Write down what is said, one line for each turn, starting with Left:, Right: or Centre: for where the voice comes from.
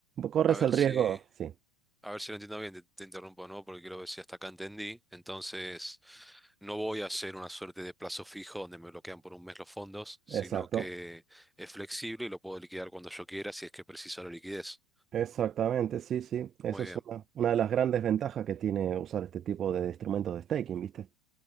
Right: corres
Centre: A ver
Right: el
Centre: si...
Right: riesgo, sí.
Centre: A ver si lo entiendo bien, te, te interrumpo, ¿no? Porque quiero ver si hasta acá entendí. Entonces, no voy a hacer una suerte de plazo fijo donde me bloquean por un mes los fondos, sino
Right: Exacto,
Centre: que es flexible y lo puedo liquidar cuando yo quiera si es que preciso la liquidez.
Right: exactamente, sí, sí. Eso
Centre: Muy
Right: es
Centre: bien.
Right: una, una de las grandes ventajas que tiene usar este tipo de instrumentos de staking, ¿viste?